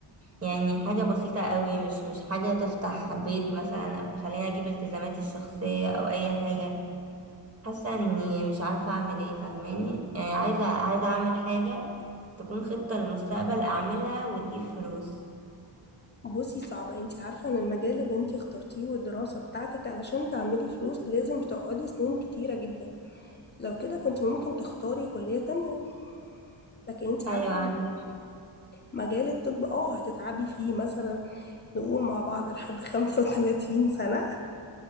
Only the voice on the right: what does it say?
يعني حاجة بسيطة قوي مش مش حاجة تفتح بيت مثلا أو تخليني أجيب التزاماتي الشخصية أو أي حاجة حاسة إني مش عارفة أعمل إيه فاهماني يعني عايزة عايزة أعمل حاجة تكون خطة للمستقبل أعملها وتجيب فلوس
أيوة عندي